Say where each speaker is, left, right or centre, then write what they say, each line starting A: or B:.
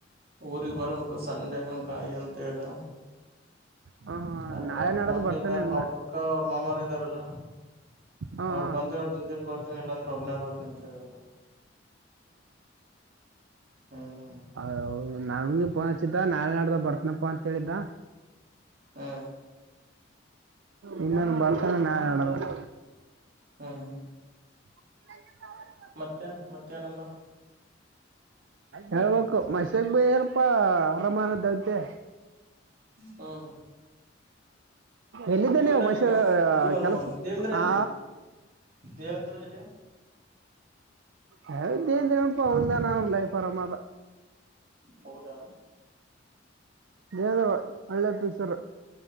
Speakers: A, on the right; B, on the right.
A: ಊರಿಗೆ ಬರ್ಬೇಕು ಸಂಡೆ ಹಂಕಾಯಿ ಅಂತೇಳಿದ
B: ಹಾ
A: ಆಯ್ತು
B: ನಾಳೆ
A: ಅವ್ರ
B: ನಾಡದ್
A: ಫ್ಯಾಮಿಲಿ
B: ಬರ್ತಾನೆ
A: ಎಲ್ಲ
B: ಇನ್ನ
A: ಅವ್ರ ಅಕ್ಕ ಅವ್ರ ಮಾಮಾರ ಇದ್ದಾರಲ್ಲ
B: ಹಾ
A: ಅವ್ರು
B: ಹಾ
A: ಬಂದ್ರೆ ಅವ್ರ ಜೊತಲಿ ಬರ್ತಾರೆ ಇಲ್ಲಾಂದ್ರೆ ಒಬ್ಬನೇೋತನ ಅಂತ ಹೇಳ್ಬಿಟ್ಟು ಹ್ಮ್
B: ಹದು ನನ್ಗೆ ಫೋನ್ ಹಚ್ಚಿದ್ದ ನಾಳೆ ನಾಡ್ದ ಬರ್ತನಪ್ಪ ಅಂತ ಹೇಳಿದ್ದ
A: ಹಾಂ
B: ಇನ್ನನ್ು ಬರ್ತೇಾನ ನ ಹೇಳದು
A: ಹಾ ಹಾ
B: ಹ
A: ಮತ್ತೆ ಮತ್ತೆಹನಂದ
B: ಹೇಳ್ಬೇಕು ಮೈಸಕ್ ಭ ಏನಪಾ ಅರಮಾನ ದವತೆ
A: ಹ್ಮ್
B: ಎಲ್ಲಿದ್ದೆ
A: ಇವನಲ್ಲಿ
B: ನೀವು ಮಶ
A: ಮ ಇವನು
B: ಕೆಲಸ
A: ದೇವೇಂದ್ರ ಅಲ್ಲಿ
B: ಆ
A: ದೇವಂದ್ರು ಇಲ್ಲಿ
B: ಹಂದಿನನು ಪನ್ಂತಲಾಯ ಪರಮ್ಮ
A: ಹೌದಾ
B: ದದವ ಹಳ್ಳೆ ಪೀಸರ